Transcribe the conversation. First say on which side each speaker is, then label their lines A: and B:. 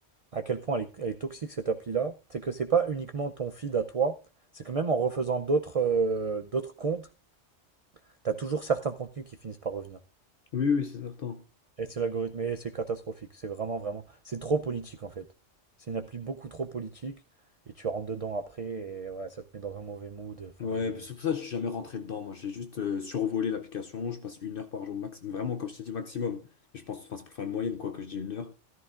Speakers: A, on the right; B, on the left.
A: à quel point elle est, elle est toxique cette appli-là, c'est que c'est pas uniquement ton feed à toi, c'est que même en refaisant d'autres euh, d'autres comptes, t'as toujours certains contenus qui finissent par revenir.
B: Oui, oui, c'est certain.
A: Et c'est l'algorithme, et c'est catastrophique. C'est vraiment, vraiment. C'est trop politique en fait. C'est une appli beaucoup trop politique, et tu rentres dedans après, et ouais, ça te met dans un mauvais mood. Enfin,
B: Ouais,
A: les.
B: c'est pour ça que je suis jamais rentré dedans. Moi, j'ai juste euh, survolé l'application. Je passe une heure par jour, max, vraiment, comme je t'ai dit, maximum. Je pense, enfin, c'est pour faire une moyenne, quoi, que je dis une heure.